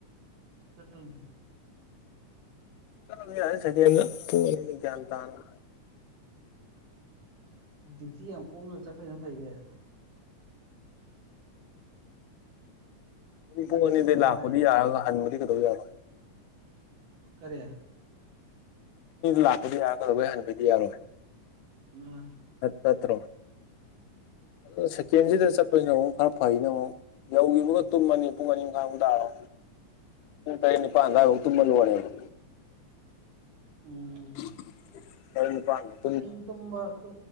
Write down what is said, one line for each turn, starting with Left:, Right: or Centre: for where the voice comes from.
Right: ꯆꯠꯇꯣꯏꯅꯤ
Left: ꯆꯠꯂꯁꯨ ꯌꯥꯏ <inaudible>
Right: ꯗꯌꯨꯇꯤ ꯌꯥꯝ ꯀꯣꯝꯅ ꯆꯠꯄꯅ ꯐꯩ ꯀꯩꯅꫭ ꯉꯟꯅ
Left: ꯄꯨꯡ ꯑꯅꯤꯗꯒꯤ
Right: ꯆꯠꯂ
Left: ꯂꯥꯛꯄꯗꯤ
Right: ꯋꯥꯏ
Left: ꯌꯥꯔꯒ ꯍꯟꯕꯗꯤ ꯀꯩꯗꯧ ꯌꯥꯔꯣꯏ
Right: ꯀꯔꯤ
Left: ꯂꯥꯛꯄꯗꯤ ꯌꯥꯔꯕꯨ ꯍꯅꯕꯤꯗꯤ ꯌꯥꯔꯣꯏ
Right: <unintelligible>
Left: ꯇꯠꯇ꯭ꯔꯣ ꯑꯗꯣ ꯁꯦꯀꯦꯟꯁꯤꯗ ꯆꯠꯄꯁꯤꯅ ꯑꯃꯨꯛ ꯈꯔ ꯐꯩꯅ ꯑꯃꯨꯛ ꯌꯧꯈꯤꯕꯒ ꯇꯨꯝꯃꯅꯤ ꯄꯨꯡ ꯑꯅꯤ ꯃꯈꯥꯏꯃꯨꯛ ꯇꯥꯔꯣ ꯄꯨꯡ ꯇꯔꯦꯠ ꯅꯤꯄꯟꯐꯧ ꯇꯨꯝꯃꯥ ꯂꯣꯏꯔꯦꯕ
Right: ꯎꯝ
Left: <unintelligible> ꯅꯨꯄꯥ <inaudible>
Right: ꯑꯩ ꯇꯨꯝꯕ ꯇ